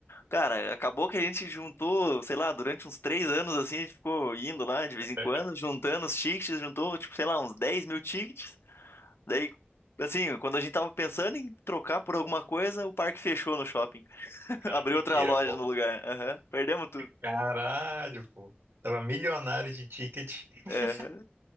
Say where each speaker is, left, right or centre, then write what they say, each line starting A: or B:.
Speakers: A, on the left (about 85°); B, on the right (about 80°).
A: Cara, acabou que a gente juntou, sei lá, durante uns três anos assim, a gente ficou indo lá de
B: <laughs>
A: vez em quando, juntando os tickets, juntou, tipo, sei lá, uns 10 mil tickets. Daí, assim, quando a gente tava pensando em trocar por alguma coisa, o parque fechou no shopping. <laughs>
B: Cara,
A: Abriu
B: mentira,
A: outra loja
B: pô.
A: no lugar. Aham, Perdemos tudo.
B: Caralho, pô. Tava milionário de ticket. <laughs>
A: Aham.